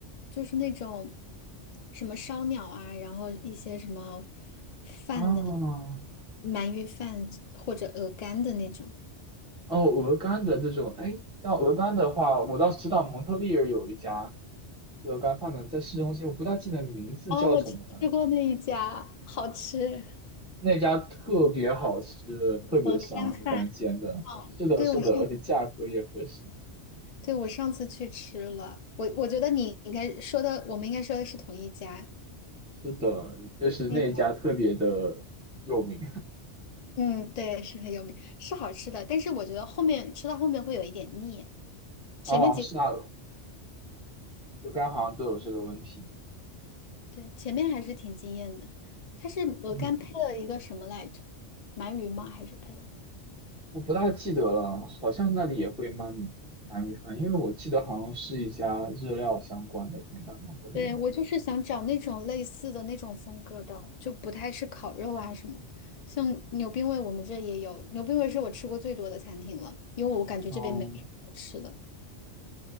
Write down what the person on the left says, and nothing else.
就是那种什么烧鸟啊，然后一些什么饭的
鳗鱼饭或者鹅肝的那种。
哦，我吃吃过那一家，好吃，
鹅肝饭。
哦，
对，
我上，
对，我上次去吃了，我我觉得你应该说的，我们应该说的是同一家。
嗯嗯，对，是很有名，是好吃的，但是我觉得后面吃到后面会有一点腻，前面几。
对，前面还是挺惊艳的。它是鹅肝配了一个什么来着？
鳗鱼吗？还是配了？
对，我就是想找那种类似的那种风格的，就不太是烤肉啊什么。像牛冰味，我们这也有。牛冰味是我吃过最多的餐厅了，因为我感觉这边没什么好吃的。